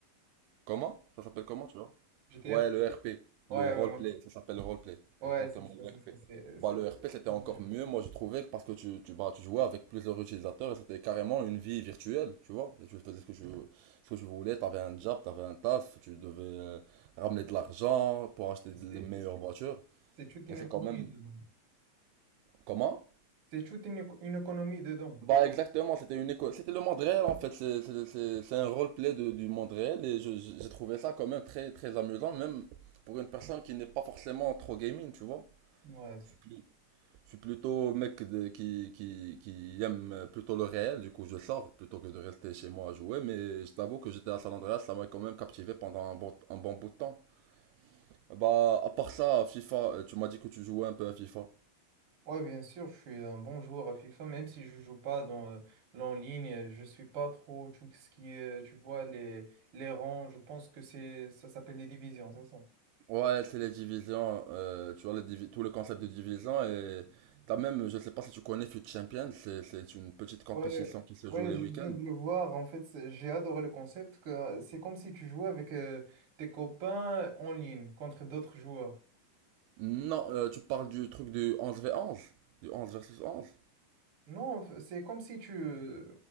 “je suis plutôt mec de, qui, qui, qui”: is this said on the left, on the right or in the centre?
Right